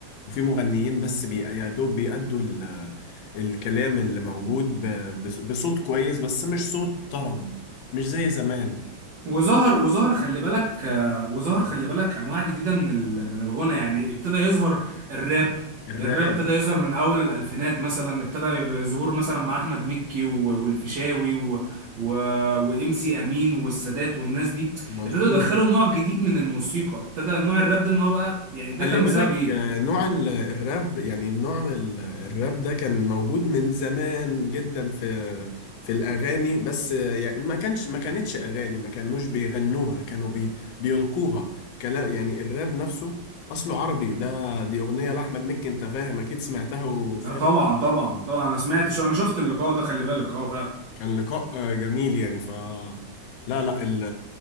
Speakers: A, on the left (about 85°); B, on the right (about 70°).
A: وفي مغنيين بس بي- يا دوب بيأدوا ال- الكلام اللي موجود ب- بص- بصوت كويس بس مش صوت طرب مش زي زمان
B: وظهر وظهر خلي بالك آه، وظهر خلي بالك أنواع جديدة من ال... من الغنى يعني ابتدى يظهر الراب
A: الراب
B: الراب ابتدى يظهر من أول الألفينات مثلا ابتدى يبقى ظهور مثلا مع أحمد مكي و... والفيشاوي و... و... وإم سي أمين والسادات والناس دي
A: مظبوط
B: ابتدوا يدخلوا نوع جديد من الموسيقى ابتدى نوع الراب ده ان هو بقى يعني ده
A: خلي
B: كان
A: بالك
B: بسبب ايه
A: آه، نوع ال- الراب يعني نوع ال- الراب ده كان موجود من زمان جدا في في الأغاني بس آه، يعني ما كانش ما كانتش أغاني ما كانوش بيغنوها كانوا بي بيلقوها كلام يعني الراب نفسه أصله عربي ده دي أغنية لأحمد مكي أنت فاهم أكيد سمعتها وفهمت
B: لا طبعا طبعا طبعا انا سمعت شو انا شفت اللقاء ده خلي بالك اه فعلا
A: كان لقاء آه، جميل يعني ف لا لا ال...